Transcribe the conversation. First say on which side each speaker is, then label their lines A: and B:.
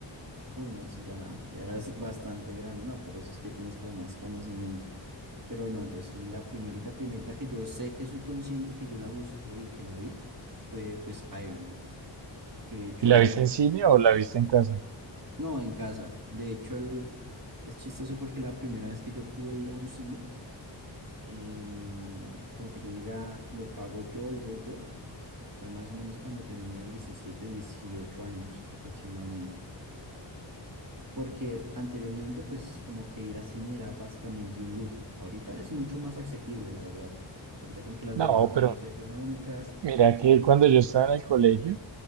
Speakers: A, on the right; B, on the right.
A: uy, no, si ya, ya eras <laughs> bastante grande, no, por eso es que tienes como más conocimiento. Pero no, yo sí, la primerita, primerita que yo sé que soy consciente que yo la busqué y que la vi fue pues Iron Man. que de hecho
B: ¿Y la
A: Iron
B: viste
A: Man,
B: en cine o la viste en casa?
A: no, en casa. De hecho, el- es chistoso porque la primera vez que yo pude ir a un cine, em, como que yo diga, lo pago yo y voy yo, fue más o menos cuando tenía 17 18 años aproximadamente. Porque anteriormente, pues como que ir a cine era básicamente un lujo. Ahorita es mucho más asequible, la verdad. Ahorita como que las boletas
B: No,
A: son
B: pero
A: más económicas.
B: mira que cuando yo estaba en el colegio,